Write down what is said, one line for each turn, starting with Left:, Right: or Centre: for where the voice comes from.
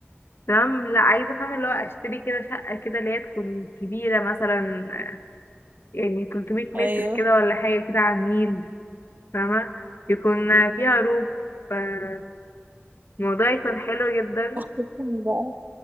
Left: تمام لا عايزة فاهمة اللي هو اشتري كده شقة كده اللي هي تكون كبيرة مثلا يعني 300 متر
Right: أيوه
Left: كده ولا حاجة كده على النيل فاهمة يكون فيها روف فالموضوع يكون حلو جدا
Right: وخصوصا بقى